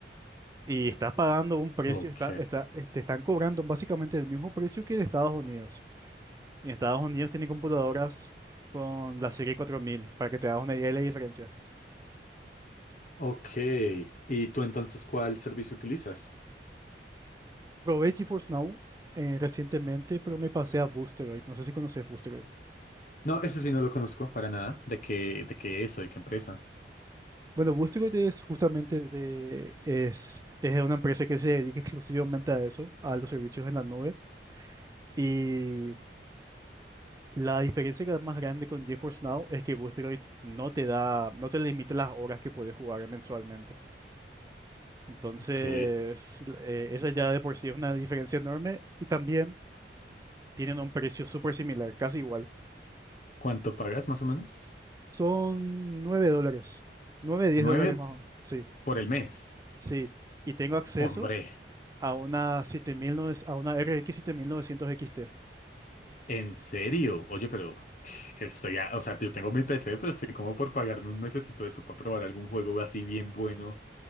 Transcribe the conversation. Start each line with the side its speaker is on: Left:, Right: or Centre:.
Right: Y estás pagando un precio,
Left: ok,
Right: está, está, eh, te están cobrando básicamente el mismo precio que en Estados Unidos. Y en Estados Unidos tienen computadoras con la serie 4000, para que te hagas una idea de la diferencia.
Left: ok. ¿Y tú entonces cuál servicio utilizas?
Right: Probé GeForce Now eh, recientemente, pero me pasé a Boosteroid. No sé si conoces Boosteroid.
Left: No, ese sí no lo conozco para nada. ¿De qué, de qué eso? ¿De qué empresa?
Right: Bueno, Boosteroid es justamente de, es, es una empresa que se dedica <laughs> exclusivamente a eso, a los servicios en la nube. Y la diferencia que es más grande con GeForce Now es que Boosteroid no te da, no te limita las horas que puedes jugar mensualmente. Entonces,
Left: Ok.
Right: eh, esa ya de por sí es una diferencia enorme y también tienen un precio súper similar, casi igual.
Left: ¿Cuánto pagas más o menos?
Right: Son 9 dólares. nueve 10
Left: Nueve
Right: dólares más o menos. Sí,
Left: por el mes.
Right: sí. Y tengo acceso
Left: Hombre.
Right: a una 7900 a una RX 7900 XT.
Left: ¿En serio? Oye, pero <sniffs> que estoy a- o sea, yo tengo mi PC, pero estoy como por pagarme un mesecito de eso para probar algún juego así bien bueno,